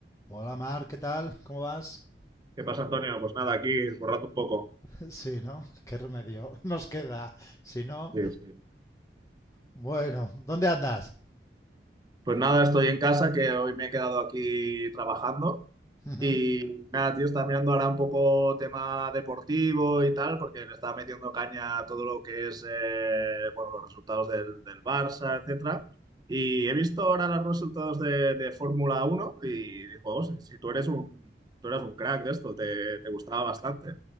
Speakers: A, on the left (about 15°); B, on the right (about 20°).
A: Hola Mar, ¿qué tal? ¿Cómo vas?
B: ¿Qué pasa, Antonio? Pues nada, aquí borrando un poco.
A: <laughs> Sí, ¿no? ¿Qué remedio <laughs> nos queda? Si no,
B: Sí, sí.
A: bueno, ¿dónde andas?
B: Pues nada, estoy en casa, que hoy me he quedado aquí trabajando.
A: Ujú.
B: Y nada, tío, estaba mirando ahora un poco tema deportivo y tal, porque le estaba metiendo caña a todo lo que es, eh, bueno, los resultados del, del Barça, etcétera. Y he visto ahora los resultados de, de Fórmula Uno y digo, "Oh, si, si tú eres un, tú eras un crack de esto, te, te gustaba bastante.